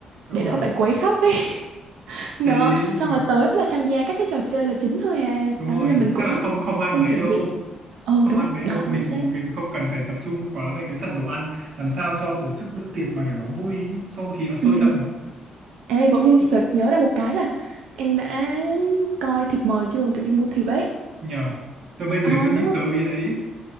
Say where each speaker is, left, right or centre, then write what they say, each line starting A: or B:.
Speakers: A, on the right (about 40°); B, on the right (about 85°).
A: đúng
B: để
A: rồi
B: đỡ phải quấy khóc ấy <laughs>
A: thế
B: đó xong
A: ừ,
B: rồi tới là tham gia các cái trò chơi là chính thôi à
A: đúng
B: đó
A: rồi
B: nên là mình
A: chắc
B: cũng
A: là không không ăn
B: nên
A: mấy
B: chuẩn
A: đâu
B: bị ừ
A: không
B: đúng
A: ăn mấy đâu
B: đó
A: mình
B: chính xác
A: mình không cần phải tập trung quá về cái phần đồ ăn làm sao cho tổ chức bữa tiệc mà kiểu nó vui ý, không khí nó sôi
B: ừ.
A: động
B: ê bỗng nhiên chị chợt nhớ ra một cái là em đã coi thiệp mời chưa kiểu đi mua thiệp ấy
A: nhờ tôi bây giờ
B: ờ
A: mới nghĩ
B: đúng không
A: tới cái đấy